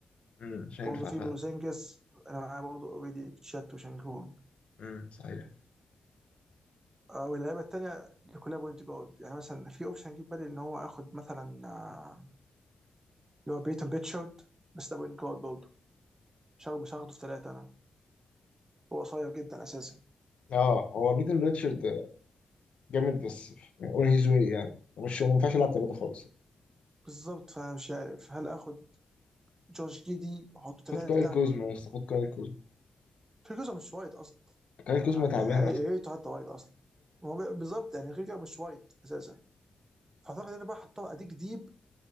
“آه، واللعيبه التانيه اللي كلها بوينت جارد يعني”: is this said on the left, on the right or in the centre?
Right